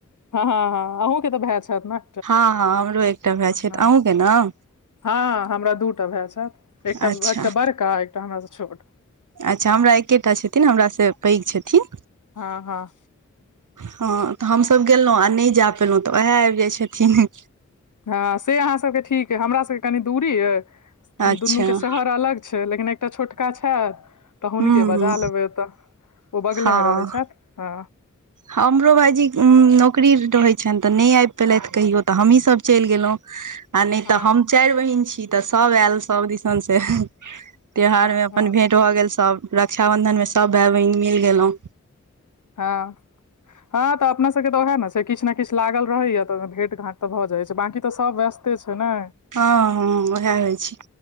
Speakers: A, on the left (about 80°); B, on the right (about 80°).
A: हँ हँ हँ अहूँके तऽ भाई छन
B: हँ हँ हमरो एकटा भाय
A: ने
B: छथि अहूँके ने
A: हँ हमरा दूटा भाई छै एकटा
B: अच्छा
A: एकटा बड़का एकटा हमरा छोट
B: अच्छा हमरा एकेटा छथिन हमरा से पैघ छथिन
A: हँ हँ
B: हँ तऽ हमसभ गेलहुँ आ नहि जा पयलहुँ तऽ उएह आबि जाइत छथिन
A: हँ से अहाँ सभके ठीक अइ हमरा सभके कनि दूरी यइ
B: अच्छा
A: दुनू के
B: हूँ
A: शहर अलग छै लेकिन एकटा छोटका छथि तऽ हुनके
B: हूँ
A: बजा लेबैतऽ ओ बगले
B: हँ
A: मे रहै छथ हँ
B: हमरो भाइजी नौकरी रहै छैन तऽ नहि आबि पेलथि कहियो तऽ हमही सभ चलि गेलहुँ
A: <unintelligible>
B: आ नै
A: हँ
B: तऽ हम चैर बहिन छी तऽ सब ऐल सब दिसन से त्योहार
A: हँ
B: में
A: हँ
B: अपन भेंट भऽ गेल सब रक्षााबंधन में सब भाई बहिन मिल गेलो
A: हऽ हँ तऽ अपना सब कऽ उहै न छै किछ ने किछ लागल रहैया तऽ भेट घांट तऽ भऽ जाइ छै बाकी तऽ सब व्यस छै नै
B: हँ हँ उहै होइ छी